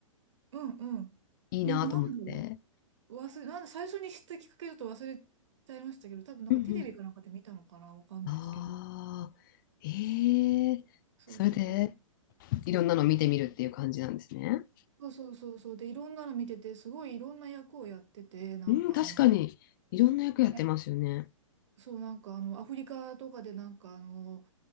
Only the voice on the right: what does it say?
うんうん。
ね、なんだろう。忘れ、なんで最初に知ったきっかけだと忘れちゃいましたけど、多分なんかテレビかなんかで見たのかな、
わかんないですけど。
そうそう。
そうそうそうそう。で、いろんなの見てて、すごいいろんな役をやってて、なんかあの、
ね、そう、なんかあの、アフリカとかでなんかあの、